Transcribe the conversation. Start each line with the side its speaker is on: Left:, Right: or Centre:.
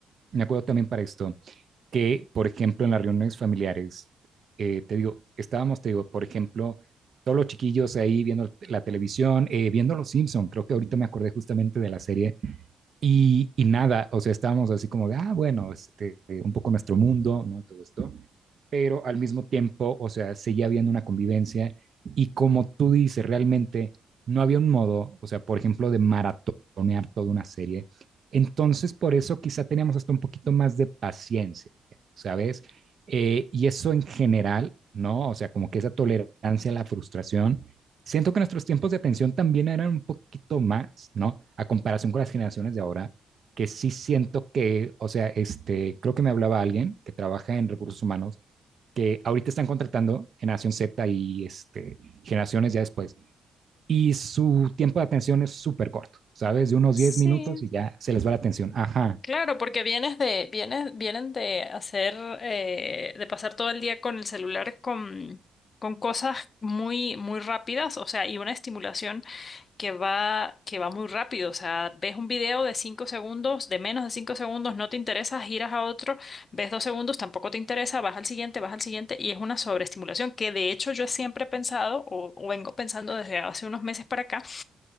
Right: me acuerdo también para esto, que, por ejemplo, en las reuniones familiares, eh, te digo, estábamos, te digo, por ejemplo, todos los chiquillos ahí viendo la televisión, eh, viendo Los Simpson, creo que ahorita me acordé justamente de la serie, y, y nada, o sea, estábamos así como de, ah, bueno, este, un poco nuestro mundo, ¿no? Todo esto pero al mismo tiempo, o sea, seguía habiendo una convivencia y como tú dices, realmente no había un modo, o sea, por ejemplo, de maratonear toda una serie. Entonces, por eso quizá teníamos hasta un poquito más de paciencia, ¿sabes? Eh, y eso en general, ¿no? O sea, como que esa tolerancia a la frustración. Siento que nuestros tiempos de atención también eran un poquito más, ¿no? A comparación con las generaciones de ahora, que sí siento que, o sea, este, creo que me hablaba alguien que trabaja en recursos humanos que ahorita están contratando generación Z y este, generaciones ya después. Y su tiempo de atención es súper corto, ¿sabes? De unos
Left: Sí,
Right: 10 minutos y ya se les va la atención. Ajá.
Left: Claro, porque vienes de, vienes, vienen de hacer, eh, de pasar todo el día con el celular con, con cosas muy, muy rápidas, o sea, y una estimulación que va, que va muy rápido. O sea, ves un video de cinco segundos, de menos de cinco segundos, no te interesa, giras a otro, ves dos segundos, tampoco te interesa, vas al siguiente, vas al siguiente, y es una sobreestimulación que de hecho yo siempre he pensado, o o vengo pensando desde hace unos meses para acá,